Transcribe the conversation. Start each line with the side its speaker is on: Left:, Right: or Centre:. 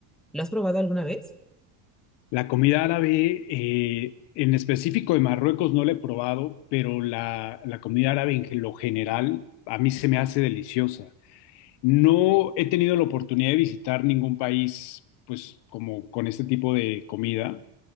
Centre: ¿Lo has probado alguna vez?
Left: La comida árabe, eh, en específico de Marruecos, no la he probado, pero la, la comida árabe en lo general a mí se me hace deliciosa. No he tenido la oportunidad de visitar ningún país, pues, como con este tipo de comida,